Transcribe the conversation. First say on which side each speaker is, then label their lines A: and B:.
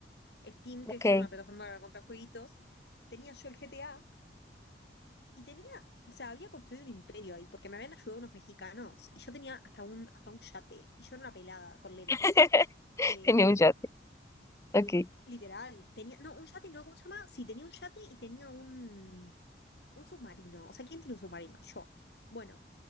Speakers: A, on the left; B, on the left.
A: Steam,
B: ok,
A: que es una plataforma para comprar jueguitos, tenía yo el GTA y tenía, o sea, había construido un imperio ahí, porque me habían ayudado unos mexicanos y yo tenía hasta un, hasta un yate y yo era una pelada con lentes.
B: <laughs>
A: Eh,
B: tenía un chat, ok.
A: literal, tenía, no, un yate, no, ¿cómo se llama? Sí, tenía un yate y tenía un, un submarino. O sea, ¿quién tiene un submarino? Yo. Bueno,